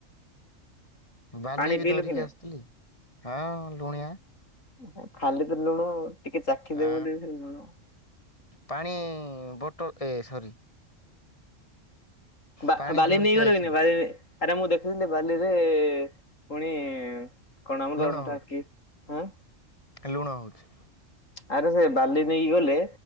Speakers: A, on the left (about 25°); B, on the left (about 85°).
A: ବାଲି
B: ପାଣି
A: ବି
B: ପିଇଲୁ
A: ଧରିକି
B: କି ନାଇଁ?
A: ଆସିଥିଲି ହଁ ଲୁଣିଆ।
B: ଏହେ ଖାଲି ତ ଲୁଣ ଟିକେ ଚାଖିଦୋବୁ
A: ଆ
B: ବୋଲି ସେ ଲୁଣ
A: ପାଣି ବଟଲ ଏ ସରି।
B: ବା-ବାଲି
A: ପାଣି ଧରିକି
B: ନେଇ ଗଲେ
A: ଆଇଥିଲି
B: କି ନାଇ ଭାଇ? <unintelligible> ଆରେ ମୁଁ ଦେଖିଥିଲି ବାଲିରେ ପୁଣି କଣ ମ ରୁହ
A: ଲୁଣ
B: ସେଟା
A: ହଉଛି
B: କି ଆଁ।
A: ଲୁଣ ହୋଉଚି।
B: ଆରେ ସେ ବାଲି ନେଇକି ଗଲେ